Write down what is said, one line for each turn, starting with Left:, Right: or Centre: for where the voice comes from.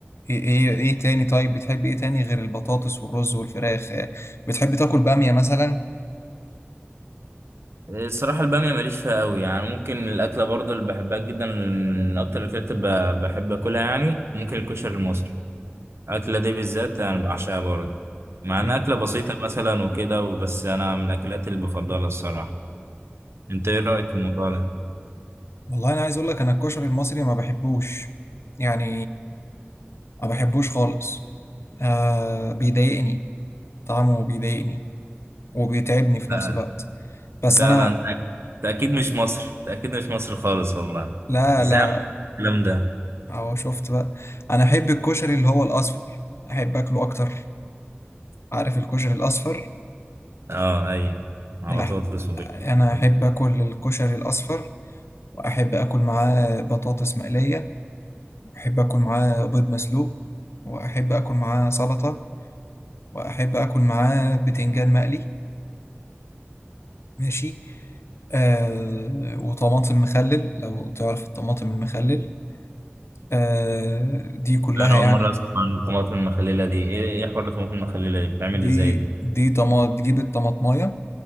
Left: ايه ايه ايه تاني طيب بتحب ايه تاني غير البطاطس والرز والفراخ آه، بتحب تاكل بامية مثلا
Right: الصراحة البامية ماليش فيها قوي يعني ممكن الأكلة برضه اللي بحبها جدا من أكتر الأكلات اللي ب- بحب أكلها يعني ممكن الكشري المصري الأكلة دي بالذات أنا بعشقها برضه مع
Left: م.
Right: إنها أكلة بسيطة مثلا وكده وبس أنا من الأكلات اللي بفضلها الصراحة أنت إيه رأيك في الموضوع ده؟
Left: والله انا عايز اقول لك انا الكشري المصري ما بحبوش يعني ما بحبوش خالص آه بيضايقني طعمه بيضايقني وبيتعبني في
Right: لا
Left: نفس الوقت بس
Right: لا
Left: انا
Right: لا أنت أنت أكيد مش مصري أنت أكيد مش مصري خالص والله
Left: لا
Right: إزاي
Left: لا
Right: عملت الكلام ده؟
Left: اهو شفت بقى انا احب الكشري اللي هو الاصفر احب اكله اكتر عارف الكشري الاصفر
Right: أه أيوه مع
Left: لا
Right: بطاطس وبيض
Left: انا
Right: <laughs>
Left: احب اكل الكشري الاصفر واحب اكل معاه بطاطس مقليه واحب اكل معاه بيض مسلوق واحب اكل معاه سلطه واحب اكل معاه بتنجان مقلي ماشي آه وطماطم مخلل لو تعرف الطماطم المخلل آه دي كلها
Right: أنا أول
Left: يعني
Right: مرة أسمع عن الطماطم المخللة دي إيه إيه حوار الطماطم المخللة دي؟ بتعمل
Left: دي
Right: إزاي دي؟
Left: دي طماط تجيب الطماطمايه